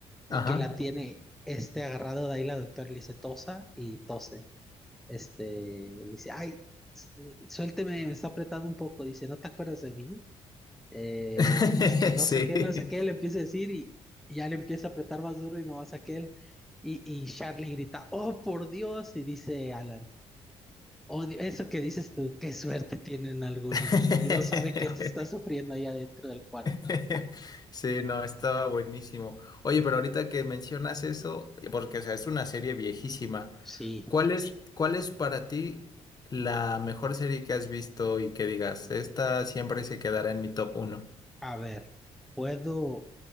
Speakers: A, in the centre; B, on the left.
A: y
B: Ajá.
A: que la tiene este agarrado de ahí la doctora y le dice tosa y tose? Este, dice, ay, s- suélteme, me está apretando un poco, dice, ¿no te acuerdas de mí? Eh,
B: <laughs>
A: es- no
B: Sí.
A: sé qué, no sé qué, le empieza a decir y, y ya le empieza a apretar más duro y no más aquel. Y, y Charlie grita, oh, por Dios, y dice Alan. Odio eso que dices tú, qué suerte tienen algunos.
B: <laughs>
A: Eh, No sabe que se está sufriendo allá dentro del cuarto.
B: <laughs> Sí, no, estaba buenísimo. Oye, pero ahorita que mencionas eso, porque o sea, es una serie viejísima,
A: Sí,
B: ¿cuál es, cuál es para ti la mejor serie que has visto y que digas, esta siempre se quedará en mi top 1?
A: a ver, puedo,